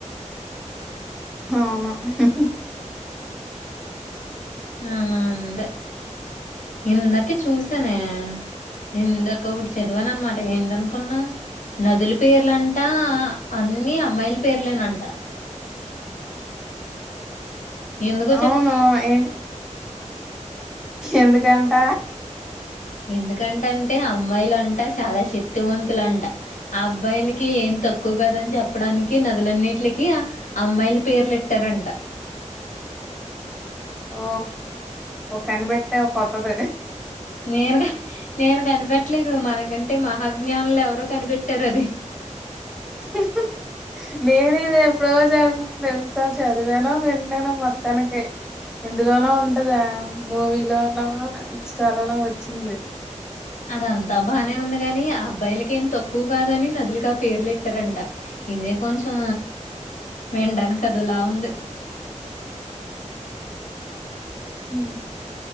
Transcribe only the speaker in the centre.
హవును హుహ్హ్
అవును
ఏం ఎందుకంట
ఓ ఒక కనబెట్టే కొత్తది
హుహ్ నేను ఇది ఎప్పుడో జ తెలుసు సా చదివాను విన్నాను మొత్తానికి ఎందులోనో
ఉంటదే మూవీ లోన, ఇన్స్టాలోన వచ్చింది.
ఊహ్హ్ ఉ